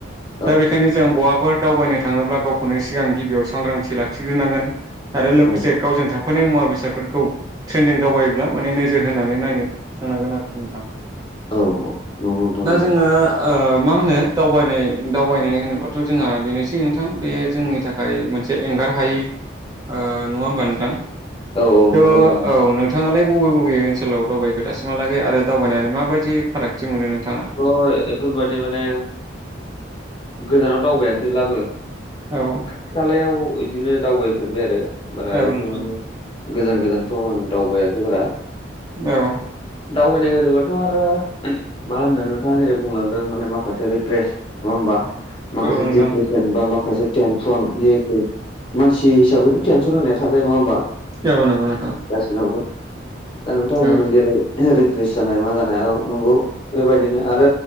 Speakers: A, on the left; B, on the right.
A: लांदां
B: दा बेखायनो जों बहाफोर दावबायनो थाङोब्ला गावखौनो सिगां गिबियाव सांग्रांथि लाखिग्रोनांगोन आरो लोगोसे
A: औ
B: गावजों थाफानाय मुवा बेसादफोरखौ ट्रेइनजों दावायोब्ला माने नोजो जोर होनानै नायनो थांनांगोन आरोखि नोंथां
A: औ औ नंगौ नोंथां
B: दा
A: नंगौ
B: जोङो ओ मा होनो दावबायनाय दावबायनाय होनोबाथ' जोंहा बेनोसै नोंथां बे जोंनि था खाय मोनसे एंगार हायि ओ नङा होमबा नोंथां
A: औ औ
B: थ'
A: नंगौ नोंथां नंगौ
B: औ नोंथाङालाय बबे बबे बबे ओनसोलाव दावबायखो दासिमहालागै आरो दावबायनानै माबायदि फारागथि मोनो नोंथाङा?
A: ओ बेफोर बायदि माने गोजानाव दावबायाखैब्लाबो
B: औ
A: खाथि खालायाव बिदिनो दावबायफेरबाय आरो बारा
B: औ
A: बेफोराव
B: नोंथां
A: माने गोजान गोजानथ' आं दावबायाखै बारा
B: औ
A: दावबायनाय होनोबाथ' आरो मा होनो नोंथाङा जेरै बुंलांदों माने मा माखासे रिप्रेस नङा होमबा माखासे
B: औ नोंथां
A: दिेस जेनेबा माखासे टेनसन जिहेथु मानसि हिसाबैथ' टेनसन होनाय थाखाय नङा होमबा?
B: औ नंगौ नोंथां।
A: गासिनावबो दा नोंथाङा बुंनो
B: औ
A: जेरै रिफ्रेस जानाय मा जानायाव नंगौ। बेबायदिनो आरो